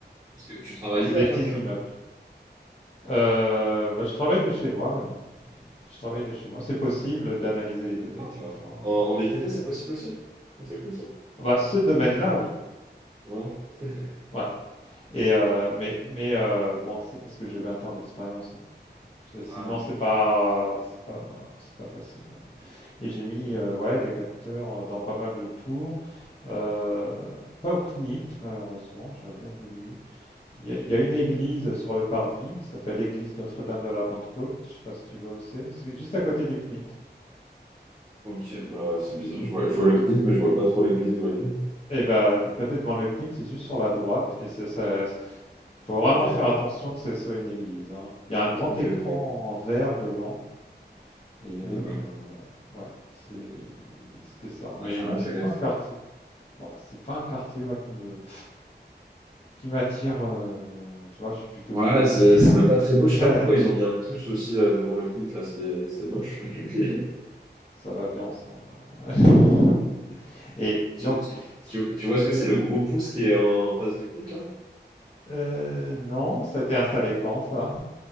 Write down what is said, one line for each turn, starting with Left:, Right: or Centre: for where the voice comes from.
Right: Parce que tu travailles
Left: ouais, c'est
Right: où là,
Left: des
Right: toi,
Left: petits
Right: actuellement?
Left: immeubles. Euh, bah, je travaille de chez moi maintenant. Je travaille de chez moi. C'est possible d'analyser les données, etc.
Right: Ouais. En, en
Left: euh, de
Right: BTP,
Left: chez soi.
Right: c'est possible
Left: hein.
Right: aussi? Ah, C'est cool ça.
Left: Ah Bah, ce domaine-là, oui.
Right: Ouais. <laughs>
Left: Ouais. Et euh, mais mais euh, bon, c'est parce que j'ai 20 ans d'expérience. hein. C'est- Sinon,
Right: Ah,
Left: c'est
Right: j'imagine.
Left: pas, c'est pas, c'est pas facile. ouais. Et j'ai mis
Right: Mm.
Left: euh, ouais, des capteurs euh, dans pas mal de tours. Euh, pas au CNIT, malheureusement, j'aurais bien voulu. Il y, a- il y a une église sur le parvis qui s'appelle l'église Notre-Dame de la Pentecôte. Je sais pas si tu vois où c'est. C'est juste à côté du CNIT.
Right: Ok, bah c'est bizarre. Je vois, je vois
Left: Euh,
Right: le CNIT, mais je vois pas trop l'église où elle est.
Left: et ben, de côté devant le CNIT, c'est juste sur la droite. Et c'est ça. Il faut vraiment
Right: Ok,
Left: faire attention que ce soit une église. hein. Il y a un grand
Right: ok,
Left: écran
Right: ok.
Left: en verre devant. Et
Right: D'accord.
Left: euh, ouais, c'est- c'était ça.
Right: Ah,
Left: Mais
Right: j'ai jamais
Left: bon, c'est
Right: fait gaffe.
Left: pas un quartier, ouais, c'est pas un quartier moi, qui me, qui m'attire. euh, tu vois, je suis plutôt
Right: Ouais,
Left: vieille pied.
Right: c'est c'est même pas très beau. Je
Left: <laughs>
Right: sais pas pourquoi ils ont mis un pouce aussi euh, devant le CNIT, là. C'est des- c'est moche. <laughs>
Left: Ça va bien ensemble. alors. Ouais. Et
Right: Tu,
Left: donc,
Right: tu,
Left: c-
Right: tu- tu vois ce que c'est le gros pouce qui est en face du CNIT là?
Left: euh, non, ça a été installé quand ça?